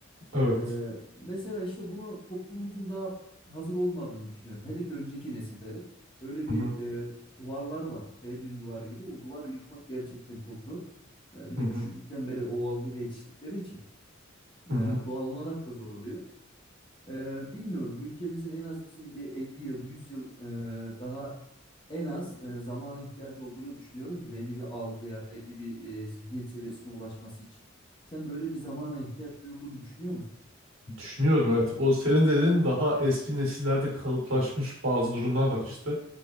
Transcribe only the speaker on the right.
Evet.
Hı
hı
hı
hı
hı hı.
Düşünüyorum evet. O senin dediğin daha eski nesillerde kalıplaşmış bazı durumlar var işte.